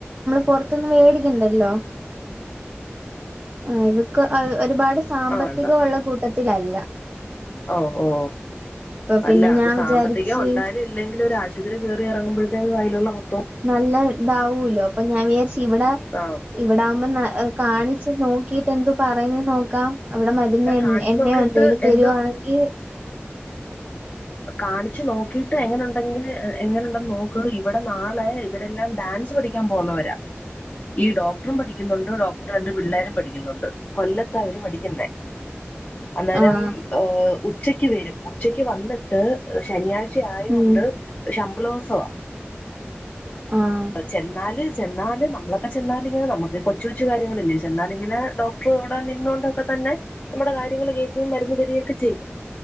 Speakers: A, on the right; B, on the left.
A: പുറത്തന്ന് വേടിക്കണ്ടല്ലോ ആ ഇ <unintelligible> ഒരുപാട് സാമ്പത്തികഉള്ള
B: ആഹ് വേണ്ട
A: കുട്ടത്തിലല്ലാ
B: ഓ ഓ
A: പിന്നെ
B: അല്ല അത്
A: ഞാൻ
B: സാമ്പത്തികം
A: വിചാരിച്ച്
B: ഉണ്ടായാലും ഇല്ലെങ്കിലും ഒരു ആശുപത്രി കയറി ഇറങ്ങുബോയത്തേക്കും കയ്യിലുള്ള മൊത്തം.
A: നല്ല ഇതാവല്ലോ, അപ്പൊ ഞാൻ വിചാരിച്ച് ഇവിടെ
B: ആഹ്
A: ഇവിടെ ആവുമ്പോ <unintelligible> കാണിച്ച് നോക്കിട്ട് എന്തു പറയുന്നേ നോക്കാം. അവിടെ മരുന്ന് എ
B: കാണിച്ചു
A: എണ്ണയോ
B: നോക്കിട്ട്
A: എന്തെലും തരുവാണെങ്കിൽ.
B: എന്തോ കാണിച്ചു നോക്കിട്ട് എങ്ങനെുണ്ടെങ്കിൽ എങ്ങനുണ്ടന്ന് നോക്ക് ഇവിടെ നാളെ ഇവരെല്ലാം ഡാൻ ഡാൻസ് പഠിക്കാൻ പോകുന്നവരാ ഈ ഡോക്ടറും പഠി പഠിക്കുന്നുണ്ട്. ഡോക്ടർ ആയിട്ട് രണ്ട് പിള്ളേരും പഠിക്കുന്നുണ്ട്. കൊല്ല പഠിക്കുന്ന അന്നേരം
A: ആഹ്
B: ഉച്ചക്ക് വരും ഉച്ചക്ക് വന്ന് ശനിയാഴ്ച ആയൊണ്ട്
A: ഉം
B: ശമ്പളോത്സവം
A: ആഹ്
B: അ ചെന്നാല് ചെന്നൽ, നമ്മളക്കെ ചെന്നാൽ നമ്മുക്കൊക്കെ കൊച്ചുവച്ച് കാര്യങ്ങളിൽ ചെന്നാൽ ഇങ്ങനെ ഡോക്ടർ അവിടെ നിന്നൊണ്ടൊക്കെ <unintelligible> നമ്മുടെ കാര്യങ്ങൾ കേൾക്കുകയും മരുന്ന് തരുക്കെ ചെയ്യും.